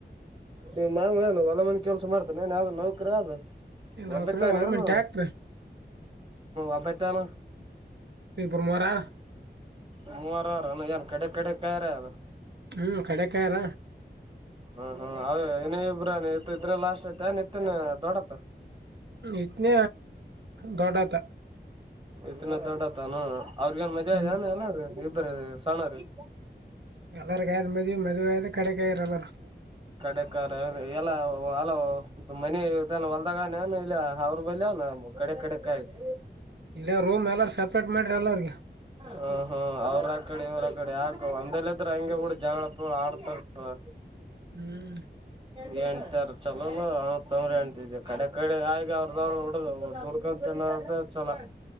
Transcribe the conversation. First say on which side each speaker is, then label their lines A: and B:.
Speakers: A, on the right (about 30°); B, on the right (about 70°).
A: ನೀ ಮಾಮ ಏನು ಹೊಲ ಮನಿ ಕೆಲ್ಸ ಮಾಡ್ತಾನ ಏನ್ ಯಾವ್ದ ನೌಕರಿ ಆದಾ
B: ನಾವ್
A: ಒಬ್ಬತಾ
B: ಕಡೆ
A: ಅನಾ
B: ಹೊಲ ಮಂಟಿ ಹಾಕ್ರಿ
A: ಒಬ್ಬತಾನ
B: ಇಬ್ರು ಮುವಾರ ಆರಾ
A: ಮೂವರಾರನ ಏನ್ ಕಡೆ ಕಡೆ ಯಾರ್ ಅರಾ
B: ಹ್ಮ್ ಕಡೇಕಾಯಾರ
A: ಹ್ಮ್ ಹ್ಮ್ ಅವ ಇನ ಇಬ್ರ ನಿ ಇದ್ರ ಲಾಸ್ಟ್ ಐತೆ ನಿತ್ತನ ದೊಡ್ಡತ್
B: ಇತನ ದೊಡತ
A: ಇತ್ನ ದೊಡ್ಡತ್ತಾನ ಅವ್ರಗೆ ಏನ್ ಮದ್ವಿ
B: ಹ್ಮ್
A: ಅಗೆದೆನ್ ಎಲ್ಲರ ಇಬ್ಬರು ಸಣರಿ
B: ಎಲ್ಲರಿಗಿ ಆಗ್ಯದ ಮದ್ವಿ ಮದ್ವಿ ಆಗಿಂದ ಕಡೇಕ ಆಗ್ಯಾರ ಎಲ್ಲರೂ
A: ಕಡೆೇಕಾರ್ ಎಲ್ಲ ಅಲ ಮನಿ ಹೊಲ್ದಾಗ ಅನಾ ಇಲ್ಲ ಅವ್ರ ಬಲ್ಯ ಅನಾ ನಮ್ಮ ಕಡೆ ಕಡೆ ಕಾಯ್ತು
B: ಇಲ್ಲಿ ರೂಮ್ ಎಲ್ಲ ಸಪ್ರೇಟ್ ಮಾಡ್ರಿ ಎಲ್ಲರೂ
A: ಹೂ ಹೂ ಅವರು ಅಕಾಡಿ ಇವರು ಇಕಾಡಿ ಯಾಕ ಒಂದಲ್ಲಿ ಇದ್ರ ಅಂಗೇ ಬಿಡು ಜಗಳ ಪಗಳ ಆಡ್ತಿರ್ತಾವ
B: ಹ್ಮ್
A: ಹೆಂಡ್ತೀರು ಚೊಲೋ ಅಲ್ಲ ಅಣ್ಣತಮ್ಮರ ಹೆಂಡ್ತಿ ಕಡೆ ಕಡೆ ಆಗಿ ಅವರ್ದು ಅವರು ಹೊಡದು ದುಡುಕೊಂಡು ತಿಂದ್ರ ಇನಾ ಅದ ಚೊಲೋ